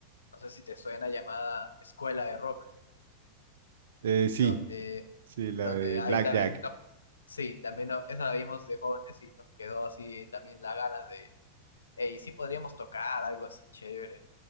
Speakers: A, on the left; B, on the right.
A: no sé si te suena, llamada Escuela de Rock,
B: Eh, sí,
A: donde
B: sí, la
A: donde
B: de
A: ahí
B: Blackjack.
A: también nos, sí, también nos- esa la vimos de jóvenes y nos quedó así también la ganas de, hey, sí podríamos tocar algo así chévere.